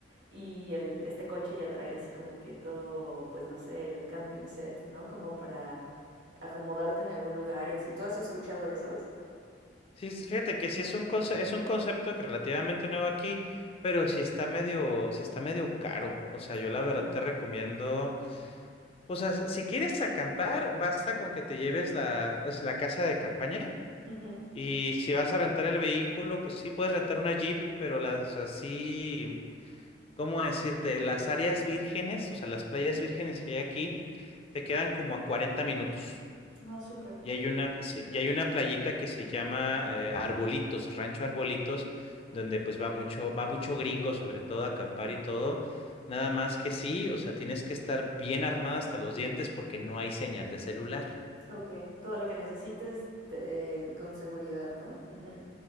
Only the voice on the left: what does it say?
Sí, sí, fíjate que sí es un conce- es un concepto que relativamente nuevo aquí, pero sí está medio, sí está medio caro, o sea, yo la
verdad te recomiendo. Pues as- si quieres acampar, basta con que te lleves la, o sea, la casa de campaña.
Y si vas a rentar el vehículo, pues sí puedes rentar una Jeep, pero las así, ¿cómo decirte? Las áreas vírgenes, o sea, las playas vírgenes que hay aquí, te quedan como a 40 minutos.
Y hay una, sí, y hay una playita que se llama eh, Arbolitos, Rancho Arbolitos, donde pues va mucho, va mucho gringo, sobre todo a acampar y todo. Nada más que sí, o sea, tienes que estar bien armada hasta los dientes porque no hay señal de celular.